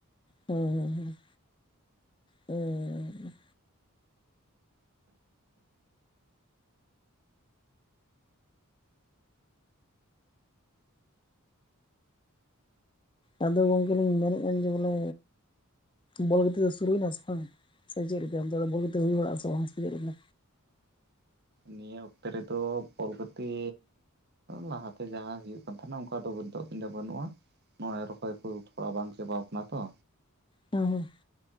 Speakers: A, on the left (about 20°); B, on the right (about 50°).
A: ᱦᱩᱸ ᱦᱩᱸ ᱦᱩᱸ. ᱟᱫᱚ ᱜᱚᱝᱠᱮ ᱞᱤᱧ ᱢᱮᱱ ᱮᱫ ᱠᱟᱱ ᱡᱮ ᱵᱚᱞᱮ ᱵᱚᱞ ᱜᱟᱛᱮ ᱫᱚ ᱥᱩᱨᱩᱭᱮᱱᱟ ᱥᱮ ᱵᱟᱝ ᱥᱮ ᱪᱮᱫ ᱞᱮᱠᱟ ᱚᱱᱛᱮ ᱫᱚ ᱵᱚᱞ ᱜᱟᱛᱮ ᱦᱩᱭ ᱵᱟᱲᱟᱜ ᱟ ᱥᱮ ᱵᱟᱝ ᱥᱮ ᱪᱮᱫ ᱞᱮᱠᱟ?
B: ᱱᱤᱭᱟᱹ ᱚᱠᱛᱮ ᱨᱮᱫᱚ ᱵᱚᱞ ᱜᱟᱛᱮ ᱞᱟᱦᱟᱛᱮ ᱡᱟᱦᱟᱸ ᱦᱩᱭᱩᱜ ᱠᱟᱱ ᱛᱟᱦᱮᱱᱟ ᱚᱱᱠᱟ ᱫᱚ ᱵᱟᱹᱱᱩᱜᱼᱟ ᱾ ᱱᱚᱜ ᱚᱭ ᱨᱚᱦᱚᱭ ᱠᱚ ᱩᱛᱵᱟ ᱵᱟᱝ ᱪᱟᱵᱟ ᱣᱟᱠᱟᱱᱟ ᱛᱚ
A: ᱦᱮᱸ ᱦᱮᱸ <inaudible>